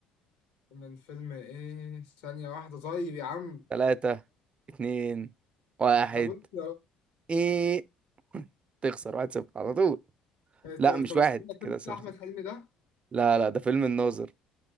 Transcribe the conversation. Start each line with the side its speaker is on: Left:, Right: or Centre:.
Left: من فيلم إيه ثانية واحدة طيب يا عم
Right: ثلاثة اتنين واحد
Left: طب أنت
Right: ايه <laughs> تخسر واحد صفر على طول لا
Left: طب
Right: مش
Left: طب
Right: واحد
Left: استنى فيلم
Right: كده صفر
Left: بتاع أحمد
Right: صفر
Left: حلمي ده
Right: لا لا ده فيلم الناظر